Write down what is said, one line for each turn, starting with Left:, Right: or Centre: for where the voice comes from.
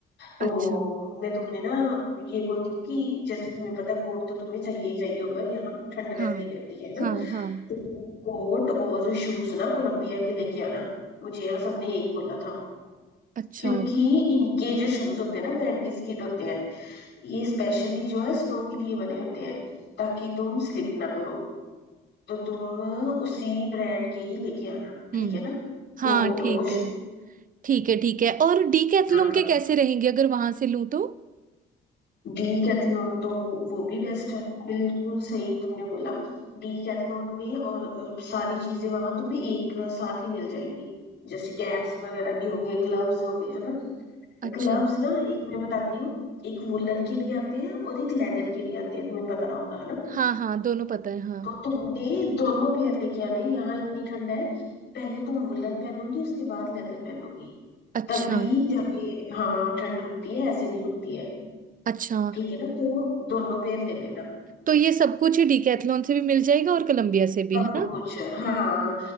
Left: तो
Right: अच्छा
Left: मैं तुम्हें ना ये बोलती हूँ कि जैसे तुम्हें पता कोट तो तुम्हें चाहिए ही चाहिए होगा यहाँ ठंड रहती
Right: हाँ
Left: रहती है ना
Right: हाँ हाँ
Left: तो तुम कोट और शूज ना कोलंबिया के लेके आना मुझे यहाँ सबने यही बोला था
Right: अच्छा
Left: क्योंकि इनके जो शूज होते हैं ना वो एंटी स्किड होते हैं ये स्पेशली जो है स्नो के लिए बने होते हैं ताकि तुम स्लिप ना करो तो तुम उसी ब्रांड के ही लेके आना ठीक
Right: हम्म
Left: है ना
Right: हाँ
Left: कोट
Right: ठीक
Left: और
Right: है ठीक है ठीक है और डीकैथलॉन
Left: शूज
Right: के कैसे रहेंगे अगर वहां से लूँ तो
Left: डीकैथलॉन तो वो भी बेस्ट है बिल्कुल सही तुमने बोला डीकैथलॉन में और अ, सारी चीजें वहां तुम्हें एक साथ ही मिल जाएंगी जैसे कैप्स वगैरह भी हो गए ग्लव्स हो गए है ना
Right: अच्छा
Left: ग्लव्स ना एक मैं बताती हूँ एक वुलन के भी आते हैं और एक लेदर के भी आते हैं तुम्हें पता होगा है ना
Right: हाँ हाँ दोनों पता है हाँ
Left: तो तुमने दोनों पेयर लेके आने हैं। यहाँ इतनी ठंड है पहले तुम वुलन पहनोगी उसके बाद लेदर पहनोगी
Right: अच्छा
Left: तब भी जाके हाँ ठंड रुकती है ऐसे नहीं रुकती है
Right: अच्छा
Left: ठीक है ना तो दोनों पेयर ले लेना
Right: तो ये सब कुछ ही डीकैथलॉन से भी मिल जाएगा और कोलंबिया से भी
Left: सब
Right: है ना
Left: कुछ है हाँ